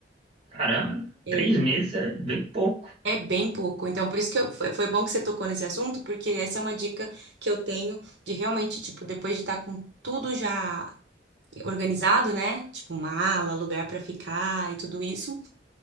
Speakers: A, on the right (about 35°); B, on the right (about 75°).
A: Caramba,
B: É,
A: três meses é bem pouco.
B: é bem pouco. Então, por isso que eu- foi, foi bom que você tocou nesse assunto, porque essa é uma dica que eu tenho de realmente, tipo, depois de estar com tudo já organizado, né? Tipo, mala, lugar pra ficar e tudo isso.